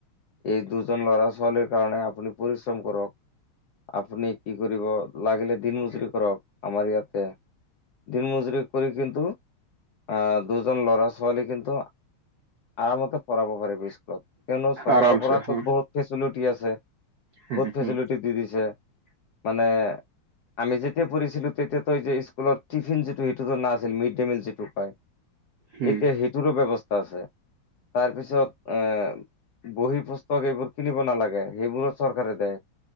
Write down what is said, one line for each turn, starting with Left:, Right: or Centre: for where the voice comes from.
Left: এই দুজন ল'ৰা ছোৱালীৰ কাৰণে আপুনি পৰিশ্ৰম কৰক। আপুনি কি কৰিব লাগিলে দিন <unintelligible> কৰক আমাৰ ইয়াতে। দিন <unintelligible> কৰি কিন্তু আ, দুজন ল'ৰা ছোৱালী কিন্তু আৰামতে পঢ়াব পাৰিব স্কুলত, কিয়নো চৰকাৰৰ
Right: আৰামছে
Left: পৰাতো
Right: হম
Left: বহুত ফেচিলিটি আছে।
Right: হম
Left: বহুত
Right: হম
Left: ফেচিলিটি দি দিছে, মানে- আমি যেতিয়া পঢ়িছিলো তেতিয়া তই যে স্কুলত টিফিন যিটো সেইটোতো নাছিল আছিল মিড ডে মিল যিটো কয়।
Right: হম
Left: এতিয়া সেইটোৰো ব্যৱস্থা আছে, তাৰপিছত এ- বহী পুস্তক এইবোৰ কিনিব নালাগে, সেইবোৰো চৰকাৰে দে।